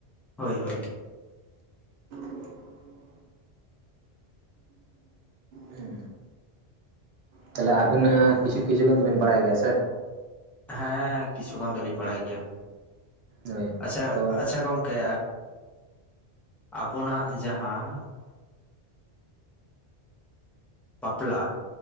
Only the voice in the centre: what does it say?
ᱦᱳᱭ ᱦᱳᱭ
ᱦᱮᱸ ᱠᱤᱪᱷᱩᱩᱜᱟᱱ ᱫᱚᱞᱤᱧ ᱵᱟᱲᱟᱭ ᱜᱮᱭᱟ
ᱟᱪᱪᱷᱟ
ᱟᱪᱪᱷᱟ ᱜᱚᱝᱠᱮ ᱟᱵᱚᱱᱟᱜ ᱡᱟᱦᱟᱸ ᱵᱟᱯᱞᱟ